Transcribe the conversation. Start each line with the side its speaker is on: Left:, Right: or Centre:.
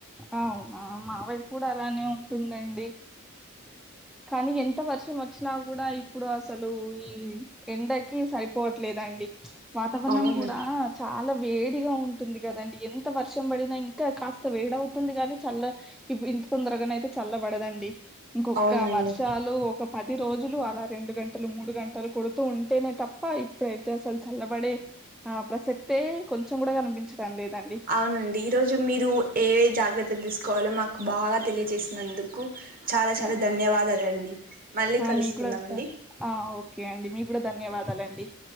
Centre: అవునా మా వైపు కూడా అలానే ఉంటుందండి. కానీ ఎంత వర్షం ఒచ్చినా గూడా ఇప్పుడు అసలు ఈ ఎండకి సరిపోవట్లేదండి వాతావర్ణం
Right: అవును
Centre: గూడా చాలా వేడిగా ఉంటుంది గదండి ఎంత వర్షం బడినా ఇంకా కాస్త వేడవ్తుంది గాని చల్ల ఇప్పుడు ఇంత తొందర్గానైతే చల్లబడదండి ఇంకొక
Right: అవునండి
Centre: వర్షాలు ఒక పది రోజులు అలా రెండు గంటలు మూడు గంటలు కొడుతూ ఉంటేనే తప్ప ఇప్పుడైతే అసలు చల్లబడే ఆ ప్రసక్తే కొంచం గూడా కన్పించడం లేదండి.
Right: అవునండి ఈరోజు మీరు ఏ వై జాగ్రత్త దిస్కోవాలో మాకు బాగా తెలియజేసినందుకు చాలా చాలా
Centre: ఆ
Right: ధన్యవాదాలండి మళ్ళీ
Centre: ఆ,
Right: కలుసుకుందామండి
Centre: మీకు కూడా ధ- ఆ ఓకే అండి మీ గూడా ధన్యవాదాలండి.